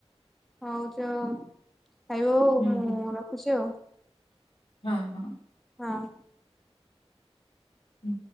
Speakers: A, in the centre; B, on the left.
A: ହଉ ଯାଅ ଖାଇବ ଆଉ
B: ହୁଁ
A: ମୁଁ
B: ହୁଁ
A: ରଖୁଚି ଆଉ।
B: ହଁ ହଁ।
A: ହଁ।
B: ହୁଁ।